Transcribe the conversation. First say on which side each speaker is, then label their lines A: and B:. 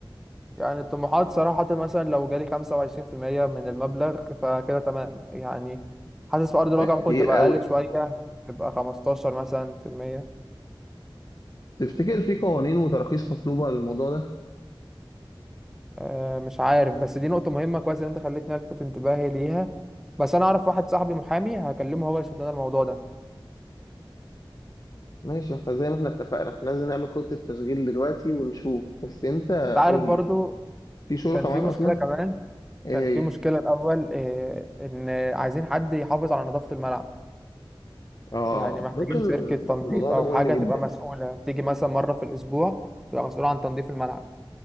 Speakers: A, in the centre; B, on the left.
A: يعني الطموحات صراحة مثلا لو جالي خمسة وعشرين في المية من المبلغ فكده تمام يعني حاسس في أرض
B: ده
A: الواقع
B: كتير
A: ممكن تبقى
B: قوي
A: أقل شوية تبقى خمستاشر مثلا في المية
B: تفتكر في قوانين وتراخيص مطلوبة للموضوع ده؟
A: أه مش عارف بس دي نقطة مهمة كويس إن أنت خليتني ألفت انتباهي ليها بس أنا أعرف واحد صاحبي محامي هكلمه هو يشوف لنا الموضوع ده
B: ماشي احنا زي ما احنا اتفقنا احنا لازم نعمل خطة تشغيل دلوقتي ونشوف بس انت
A: أنت عارف
B: قول
A: برضو
B: لي في شركة
A: كان في
B: معاك
A: مشكلة
B: اصلا؟
A: كمان
B: ايه
A: كان
B: هي؟
A: في مشكلة الأول إيه إن عايزين حد يحافظ على نظافة الملعب
B: اه
A: يعني محتاجين
B: ممكن
A: شركة تنظيف
B: الموضوع
A: أو
B: ده مهم
A: حاجة
B: جدا
A: تبقى مسؤولة تيجي مثلا مرة في الأسبوع تبقى مسؤولة عن تنظيف الملعب